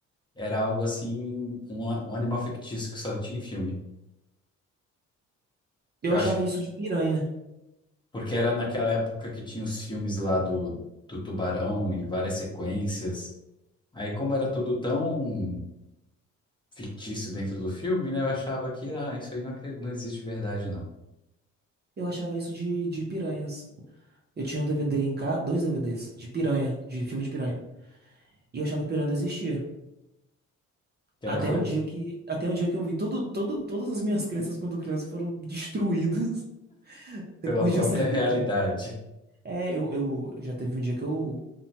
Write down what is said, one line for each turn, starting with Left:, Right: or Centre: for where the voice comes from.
Left: era algo assim, um, a- um animal fictício que só tinha em filme.
Right: Eu
Left: Eu
Right: achava
Left: acho que
Right: isso de piranha.
Left: porque era naquela época que tinha os filmes lá do, do tubarão e várias sequências. Aí, como era tudo tão fictício dentro do filme, né? Eu achava que, ah, isso aí não, acre- não existe verdade, não.
Right: Eu achava isso de, de piranhas. Eu tinha um DVD em casa, dois DVDs de piranha, de filme de piranha. E eu achava que piranha não existia.
Left: Que
Right: Até
Left: era coi-
Right: um dia que, até um dia que eu vi tudo, todo, todas as minhas crenças quando criança foram destruídas <laughs> depois
Left: Pela própria
Right: de um certo
Left: realidade.
Right: tempo. É, eu, eu já teve um dia que eu,